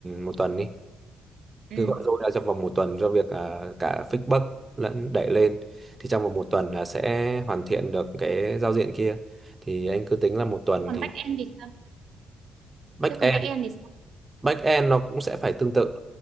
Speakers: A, on the right; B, on the right.
A: một tuần đi
B: ừ
A: cứ gọi rồi ra trong vòng một tuần cho việc ờ, cả fixbox lẫn đẩy lên thì trong vòng một tuần là sẽ hoàn thiện được cái giao diện kia thì anh cứ tính là một tuần
B: còn
A: thì
B: back end thì sao
A: backend
B: thế còn back end thì sao
A: Backend nó cũng sẽ phải tương tự.